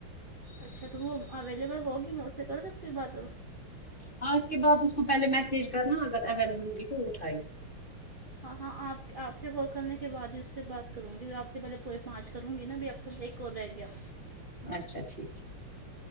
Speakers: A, on the right (about 25°); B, on the left (about 25°).
A: اچھا تو وہ اویلیبل ہوگی میں اسے کر سکتی ہوں بات
B: ہاں اس کے بعد اس کو پہلے میسج کرنا اگر اویلیبل ہوگی تو وہ اٹھائے گی
A: ہاں ہاں آپ آپ سے کال کرنے کے بعد ہی اس سے بات کروں گی تو آپ سے پہلے پورے پانچ کروں گی نا اب ہے ایک کر گیا
B: اچھا ٹھیک ہے